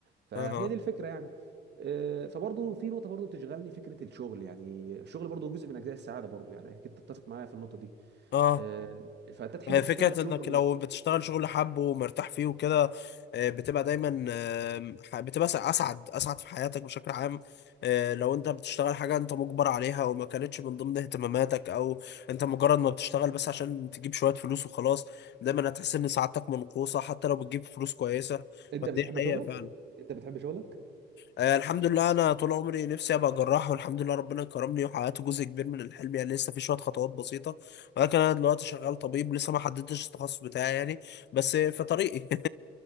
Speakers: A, on the right (about 60°); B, on the left (about 60°).
A: فهي
B: اه
A: دي الفكره يعني آه، فبرضه في نقطه برضه بتشغلني فكره الشغل يعني الشغل برضه جزء من اجزاء السعاده برضه يعني اكيد تتفق معايا في النقطه دي
B: اه
A: آه، فانت تحب
B: هي
A: تشتغل
B: فكرة
A: شغل
B: انك لو بتشتغل شغل حب ومرتاح فيه وكده آه، بتبقى دايما آه، ح- بتبقى س- اسعد اسعد في حياتك بشكل عام آه، لو انت بتشتغل حاجة انت مجبر عليها وما كانتش من ضمن اهتماماتك او انت مجرد ما بتشتغل بس عشان تجيب شوية فلوس وخلاص دايما هتحس ان سعادتك منقوصة حتى لو بتجيب فلوس كويسة
A: انت
B: فدي
A: بتحب
B: حقيقة
A: شغلك
B: فعلا
A: انت بتحب شغلك
B: آه، الحمد لله انا طول عمري نفسي ابقى جراح والحمد لله ربنا كرمني وحققت جزء كبير من الحلم يعني لسه في شويه خطوات بسيطه ولكن انا دلوقتي شغال طبيب لسه ما حددتش التخصص بتاعي يعني بس في طريقي